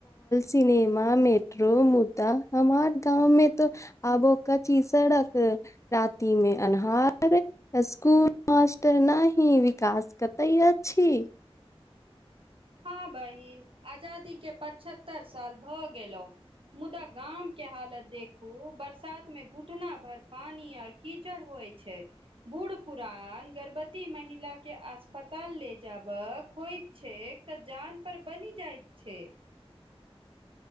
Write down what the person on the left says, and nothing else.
सिनेमा मेट्रो मुद्दा हमार गाँव मे तऽ आबो कची सड़क रति मे अन्हार स्कूल न विकास कतय अछि।